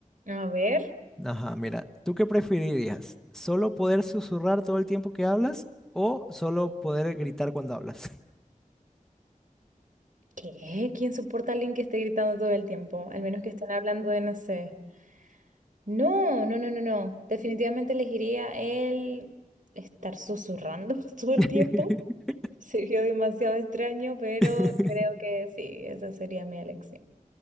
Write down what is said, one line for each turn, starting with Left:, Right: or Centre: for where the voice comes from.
Right: A ver,
Centre: Ajá, mira, ¿tú qué preferirías? ¿Solo poder susurrar todo el tiempo que hablas o solo poder gritar cuando hablas?
Right: ¿qué? ¿Quién soporta a alguien que esté gritando todo el tiempo? Al menos que estén hablando de, no sé. No, no, no, no, no. Definitivamente elegiría el estar susurrando <laughs> todo el
Centre: <laughs>
Right: tiempo. Sería demasiado extraño, pero
Centre: Te
Right: creo que sí, esa sería mi elección.